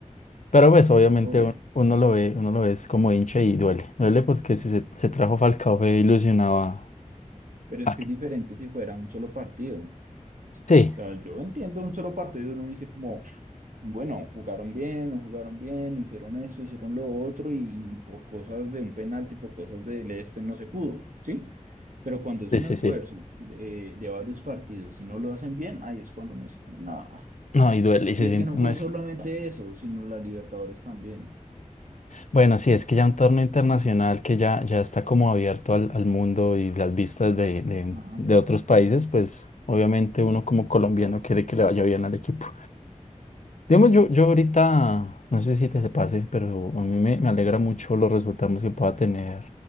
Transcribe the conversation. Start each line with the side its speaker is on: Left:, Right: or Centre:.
Left: Pero pues obviamente
Right: pues obvio,
Left: un- uno lo ve, uno lo ve es como hincha y duele, duele porque si se, se trajo Falcao fue ilusionado a...
Right: pero es
Left: a
Right: que
Left: que-
Right: es diferente si fuera un solo partido. O
Left: Sí,
Right: sea, yo entiendo un solo partido, uno dice como, Bueno, jugaron bien, no jugaron bien, hicieron esto, hicieron lo otro y, y por cosas de un penalti, por cosas del este no se pudo, ¿sí? Pero cuando es
Left: sí,
Right: un
Left: sí,
Right: esfuerzo
Left: sí.
Right: de, de varios partidos y no lo hacen bien, ahí es cuando me dicen, nada.
Left: No, y duele, y se
Right: Y es
Left: siente-
Right: que no
Left: no
Right: fue
Left: es...
Right: solamente eso, sino la Libertadores también.
Left: Bueno, sí, es que ya un torneo internacional
Right: Mm,
Left: que ya, ya está como abierto al, al mundo y las vistas de, de
Right: ah,
Left: de otros países, pues obviamente uno como colombiano quiere que le vaya bien al equipo. Digamos, yo, yo ahorita, no sé si te, te pase, pero a mí me, me alegra mucho los resultados que pueda tener